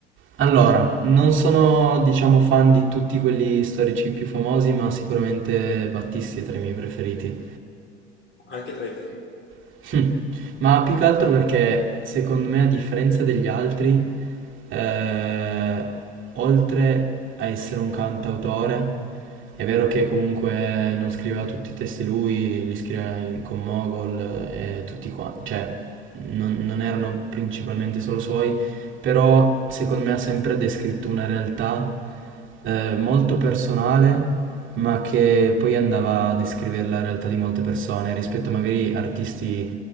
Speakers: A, on the right; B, on the left.
A: Allora, non sono, diciamo, fan di tutti quelli storici più famosi, ma sicuramente Battisti è tra i miei preferiti.
B: anche tra i miei.
A: <laughs> Ma più che altro perché secondo me a differenza degli altri, eh, oltre a essere un cantautore, è vero che comunque non scriveva tutti i testi lui, li scriveva in- con Mogol eh, e tutti qua, cioè non, non erano principalmente solo suoi, però secondo me ha sempre descritto una realtà eh, molto personale, ma che poi andava a descrivere la realtà di molte persone rispetto magari artisti